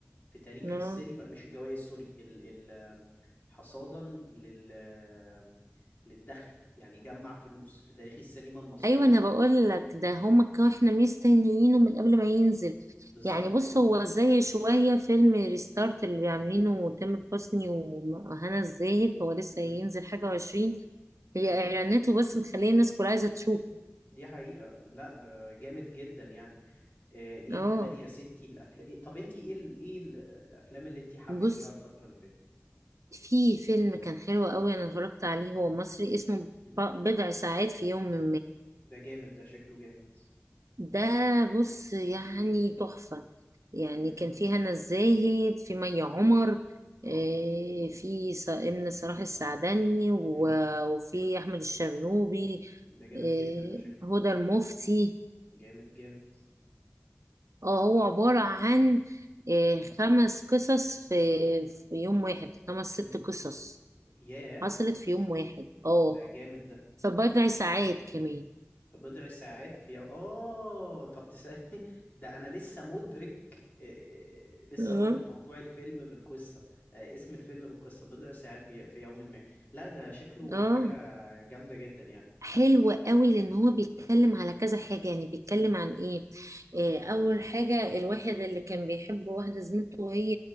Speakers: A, on the left; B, on the right.
A: في تاريخ
B: آه.
A: السينما مش الجوائز سوري ال ال آم، حصادا لل آم، للدخل يعني جمع فلوس في تاريخ السينما المصرية
B: ايوه انا بقول لك ده هما كانوا احنا مستنيينه من قبل ما ينزل
A: بالظبط
B: يعني بص
A: اه
B: هو زي شويه فيلم ريستارت اللي عاملينه تامر حسني وهنا الزاهد هو لسه
A: أمم،
B: ينزل حاجه وعشرين هي
A: اه
B: اعلاناته بس مخليه الناس كلها عايزه تشوفه
A: دي حقيقة لا ب- جامد جدا يعني آه، ايه
B: اه
A: كمان يا ستي الافلام إيه طب انتي ايه ال... ايه ال- الافلام اللي انتي حبيتيها
B: بص
A: الفترة اللي فاتت
B: في فيلم كان حلو قوي انا اتفرجت عليه هو مصري اسمه
A: أمم،
B: ب- بضع ساعات في يوم ما
A: ده جامد ده شكله جامد
B: ده بص يعني تحفه يعني
A: أمم،
B: كان في هنا الزاهد في مي عمر
A: أمم، اه
B: آه، في ص- امن صلاح السعدني و-
A: امم
B: وفي احمد الشرنوبي
A: ده جامد
B: آه،
A: جدا ده شكله
B: هدى المفتي
A: جامد جامد
B: اه هو عبارة عن آه، خمس قصص في في يوم واحد خمس ست
A: امم
B: قصص
A: ياه
B: حصلت في يوم واحد اه
A: ده جامد ده
B: في بضع ساعات كمان
A: في بضع ساعات في يو... اه طب تسألني <laughs> ده انا لسه مدرك آه... لسه
B: اه
A: رابط موضوع الفيلم بالقصة آه... اسم الفيلم بالقصة بضع ساعات بي... في يوم ما لا ده شكله
B: اه
A: حاجة جامدة جدا يعني
B: حلو قوي لان هو بيتكلم على كذا حاجة يعني بيتكلم
A: امم
B: عن ايه آه، اول حاجة الواحد اللي كان بيحب واحدة زميلته وهي